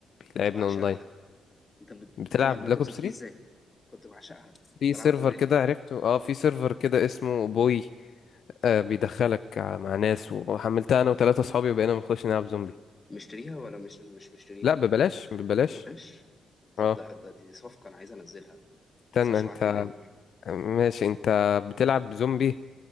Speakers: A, on the left; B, on the left.
A: كنت
B: بيلعبنا
A: بعشقها
B: اونلاين
A: انت بت-
B: بتلعب
A: بتلعب بلاك
B: بلاك
A: اوبس
B: اوبس
A: 3
B: 3
A: ازاي كنت بعشقها كنت
B: في
A: بلعبها
B: سيرفر
A: زمان
B: كده
A: يعني
B: عرفته اه في سيرفر كده اسمه بوي آه بيدخلك مع ناس وحملتها انا وثلاثه اصحابي وبقينا بنخش نلعب زومبي
A: مشتريها ولا مش مش مشتريها
B: لا ببلاش ببلاش
A: ماشي طب
B: اه
A: ده, ده دي صفقة انا عايز انزلها
B: استنى
A: ما تنساش
B: انت
A: تبعت لي اللينك
B: ماشي انت بتلعب زومبي